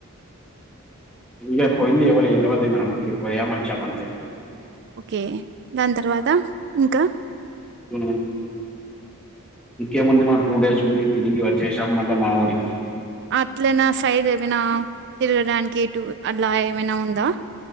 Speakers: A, in the centre; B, on the right.
A: ఇగ పోయింది ఎవళకి తెలవదు మనం ఇగ పొయ్యం వచ్చేం అంతే.
B: ఓకే దాని తర్వాత ఇంకా
A: హూ ఇంకే ముంది మా టూ డేస్ ఉండి తిరిగి వచ్చేసాం మళ్ళా మా ఊరికి
B: అట్లనా సైడ్ ఏమైనా తిరగడానికి ఇటు అలా ఏమైనా ఉందా